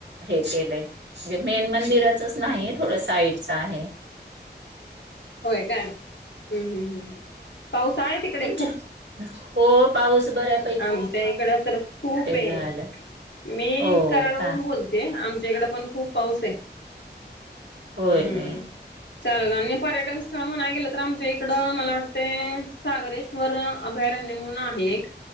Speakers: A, on the right (about 80°); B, on the left (about 85°).
A: हे केलंय. जे मेन मंदिराचाच नाही थोडं साईडचं आहे.
B: होय काय हम्म हम्म हम्म पाऊस आहे तिकडे
A: तुमच्या
B: खूप
A: हो पाऊस बऱ्या
B: आमच्या इकडं तर खूप आहे
A: झाल्या
B: मी
A: हो
B: कराडवरून
A: का
B: बोल ते आमच्या इकडे पण खूप पाऊस आहे.
A: होय
B: हम्म
A: होय
B: चालेल पर्यटनस स्थळ म्हणाय गेलं तर आमच्या इकडं मला वाटतं सागरेश्वर, अभयारण्य म्हणून आहे एक